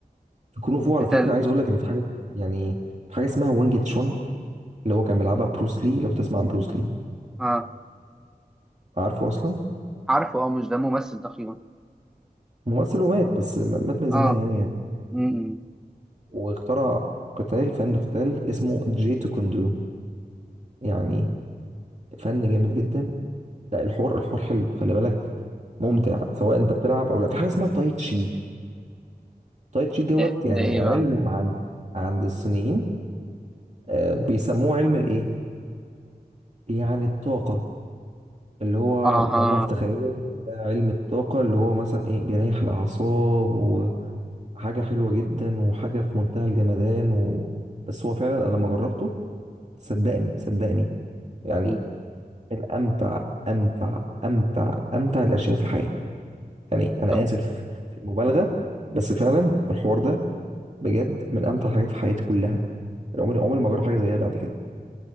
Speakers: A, on the right; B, in the centre.
A: الكونغ فو على
B: انت
A: فكره
B: ال-
A: عايز اقول لك ان في حاجات يعني في حاجه اسمها وانج تشون اللي هو كان بيلعبها بروس لي لو تسمع عن بروس لي
B: اه
A: عارفه اصلا
B: عارفه اه مش ده ممثل تقريبا
A: ممثل ومات بس م- مات من زمان
B: اه
A: قوي يعني
B: م -م.
A: واخترع قتال فن قتال اسمه جي تو كوندو يعني فن جامد جدا لا الحوار الحوار حلو خلي بالك ممتع
B: م.
A: سواء انت بتلعب او لا في حاجه اسمها تاي تشي تاي تشي دوت
B: ده ده
A: يعني
B: ايه
A: علم
B: بقى
A: عن عند الصينيين آه، بيسموه علم الايه يعني الطاقه اللي هو
B: اه اه
A: هم في تخيلهم إن ده علم الطاقة اللي هو مثلا ايه بيريح الأعصاب وحاجة حلوة جدا وحاجة في منتهى الجمدان و... بس هو فعلا أنا لما جربته صدقني صدقني يعني
B: م.
A: من أمتع أمتع أمتع أمتع الأشياء في الحياة يعني أنا
B: طب
A: آسف في المبالغة بس فعلا الحوار ده بجد من أمتع الحاجات في حياتي كلها عمري عمري ما جرب حاجة زيها بعد كده